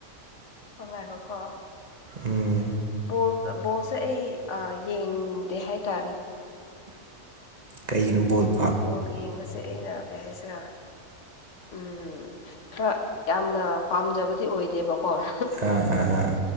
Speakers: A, on the left; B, on the right.
A: ꯑꯣꯕꯥꯥꯏꯒꯣ ꯀꯣ
B: ꯎꯝ
A: ꯕꯣꯜ ꯕꯣꯜꯁꯦ ꯑꯩ ꯌꯦꯡꯗꯦ ꯍꯥꯏꯇꯥꯔꯦ
B: ꯀꯩꯒꯤꯅꯣ ꯕꯣꯠ
A: ꯄꯣꯜ ꯌꯦꯡꯕꯁꯦ ꯑꯩꯅ ꯀꯩ ꯍꯥꯏꯁꯤꯔꯥ ꯎꯝ ꯑ ꯈꯔ ꯌꯥꯝꯅ ꯄꯥꯝꯖꯕꯗꯤ ꯑꯣꯏꯗꯦꯕꯀꯣ ꯑꯣꯣ
B: ꯑꯥ ꯑꯥ ꯑꯥ